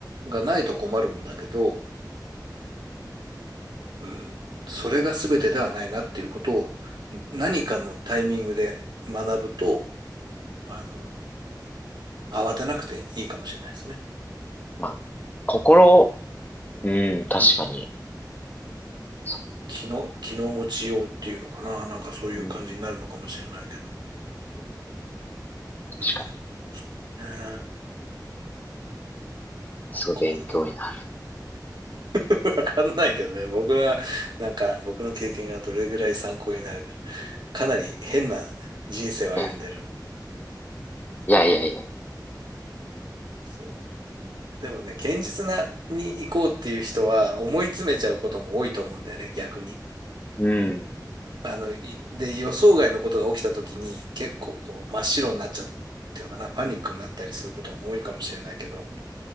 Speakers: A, on the right; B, on the left.
A: がないと困るんだけど、うん、それが全てではないなっていうことを何かのタイミングで学ぶと、あの、慌てなくていいかもしれないですね。
B: まあ、心、うん、確かに。
A: うん。
B: そ
A: 気の、気の持ちようっていうのかな。なんかそういう感じになるのかもしれないけど。
B: ううんうんうん
A: うん。
B: 確かに。
A: ねえ、なん
B: すごい勉強にな
A: かあるかな。<laughs> わかんないけどね。僕は、なんか僕の経験がどれぐらい参考になるか。かなり変な人生を歩んでるんで。
B: る。いやいやいやいやいや。
A: そうでもね、堅実なに行こうっていう人は思い詰めちゃうことも多いと思うんだよね、逆に。
B: うん。
A: あの、いで、予想外のことが起きた時に結構こう真っ白になっちゃうっていうのかな、パニックになったりすることも多いかもしれないけど、